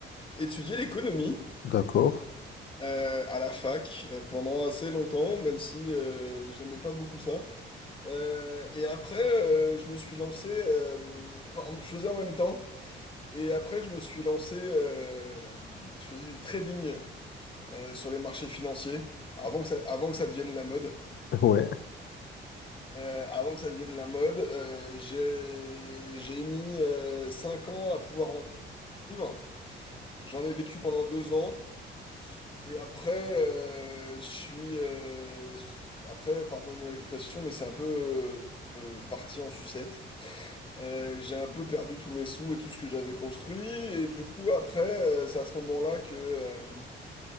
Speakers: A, on the left; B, on the left.
A: étudié l'économie
B: D'accord.
A: euh, à la fac euh, pendant assez longtemps, même si euh, j'aimais pas beaucoup ça. Euh, et après, euh, je me suis lancé. euh, enfin, je faisais en même temps. Et après, je me suis lancé. euh, je faisais du trading euh, sur les marchés financiers avant que ça, avant que ça devienne la mode.
B: <laughs> Ouais,
A: Euh, avant que ça devienne la mode, euh, j'ai j'ai mis euh, 5 ans à pouvoir en vivre. J'en ai vécu pendant deux ans. Et après, euh, je suis. euh, après, pardonne-moi l'expression, mais c'est un peu euh, euh, parti en sucette. Euh, j'ai un peu perdu tous mes sous et tout ce que j'avais construit. Et du coup, après, euh, c'est à ce moment-là que, euh,